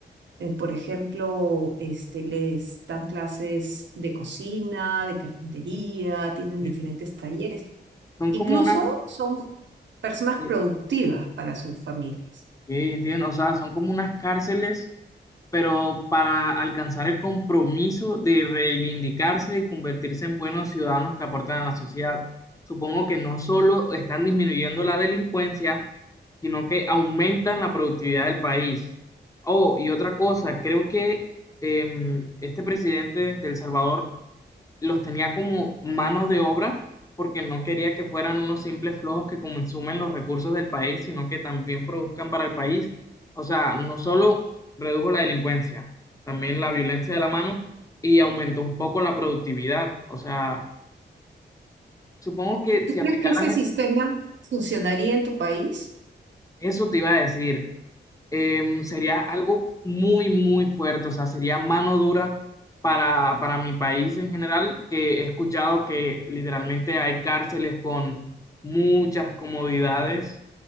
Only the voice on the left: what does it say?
entiendo.
Son
como unas,
eh,
ok, entiendo, o sea, son como unas cárceles, pero para alcanzar el compromiso de reivindicarse y convertirse en buenos ciudadanos que aportan a la sociedad. Supongo que no solo están disminuyendo la delincuencia, sino que aumentan la productividad del país. Oh, y otra cosa, creo que em, este presidente de El Salvador los tenía como mano de obra porque no quería que fueran unos simples flojos que consumen los recursos del país, sino que también produzcan para el país. O sea, no solo redujo la delincuencia, también la violencia de la mano y aumentó un poco la productividad. O sea, supongo que
si
aplicaran
eso te iba a decir, em, sería algo muy, muy fuerte, o sea, sería mano dura para, para mi país en general, que he escuchado que literalmente hay cárceles con muchas comodidades